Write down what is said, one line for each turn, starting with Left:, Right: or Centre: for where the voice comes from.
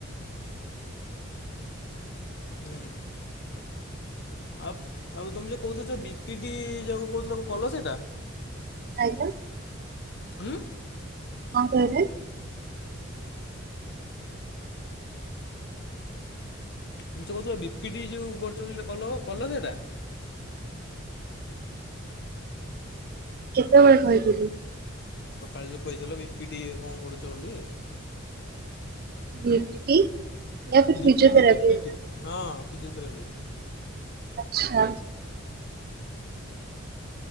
Left: ହୁଁ। ଆଉ ଆଉ ତମେ ଯୋଉ କହୁଥିଲ ଯୋଉ ବିପି ଟି ଯାକୁ କହୁଥିଲ କଣ କଲ ସେଇଟା?
Right: ଖାଇ ଲଣି?
Left: ହୁଁ।
Right: କଁ କହିଲେ?
Left: ମତେ କହୁଥିଲା ବିପି ଟି ଯୋଉ କରୁଥିଲ କଲ କଲ ସେଟା?
Right: କେତେବେଳେ କହିଥିଲି?
Left: ସକାଳେ ଯଉ କହିଦେଲ ବିି ପି ଡି ଇଏ କଣ ପଢୁଚ ବୋଲି?
Right: ବି ପି ଟି, ୟା ଫିର
Left: ବିପିଟି
Right: ଫିଜଓଥେରାପି?
Left: ବିପିଟି ହଁ ଫିଜିଓଥେରାପି।
Right: ଛା।